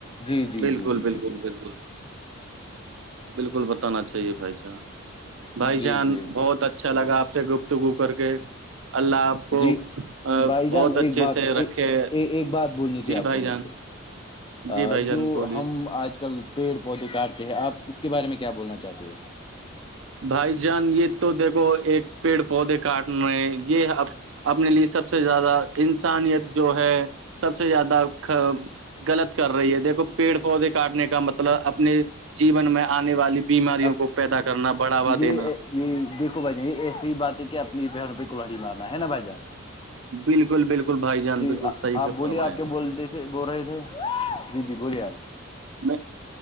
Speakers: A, on the left; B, on the right.
A: جی جی
B: بالکل
A: جی جی جی
B: بالکل بالکل بالکل بتانا چاہیے بھائی جان بھائی
A: جی
B: جان
A: جی جی
B: بہت اچھا لگا آپ سے گفت گپ کر کے اللہ آپ کو
A: جی بھائی جان
B: بہت اچھے
A: ایک بات
B: سے رکھے
A: ایک بات بولنی تھی
B: جی
A: آپ
B: بھائی
A: کو میرے
B: جان
A: کو ا
B: جی بھائی جان
A: جو
B: بولیے
A: ہم آج کل پیڑ پودے کاٹتے ہیں آپ اس کے بارے میں کیا بولنا چاہتے ہو
B: بھائی جان یہ تو دیکھو ایک پیڑ پودے کاٹ رہے ہیں یہ اب اپنے لیے سب سے زیادہ انسانیت جو ہے سب سے زیادہ غلط کر رہی ہے دیکھو پیڑ پودے کاٹنے کا مطلب اپنے جیون میں آنے والی بیماریوں
A: اب
B: کو پیدا کرنا بڑھاوا
A: یہ
B: دینا
A: یہ دیکو بھائی جان یہ ایسی ہی بات ہے کہ اپنی پیروں پہ کلہڑی مارنا ہے نا بھائی جان
B: بالکل بالکل بھائی جان
A: جی
B: بالکل صحیحہ
A: آپ بولیے
B: فرمایا
A: آپ کیا بولتے بول رہے تھے جی جی بولیے آپ
B: میں